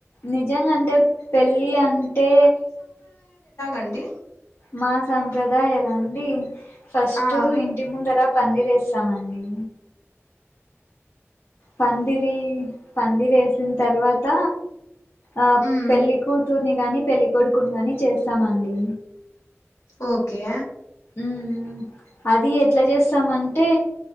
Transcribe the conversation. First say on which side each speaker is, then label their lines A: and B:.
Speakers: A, on the left; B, on the left.
A: నిజంగ అంటే పెళ్ళి అంటే
B: అండి
A: మా సాంప్రదాయాలండి ఫస్టు
B: ఆ
A: ఇంటి ముందర పందిరేస్తామండి. పందిరీ పందిరేసిన్ తర్వాత ఆ
B: ఉమ్
A: పెళ్లి కూతుర్ని గాని పెళ్లి కొడుకుని గాని చేస్తామండి
B: ఓకే ఆ
A: ఉమ్మ్ అది ఎట్ల చేస్తమంటే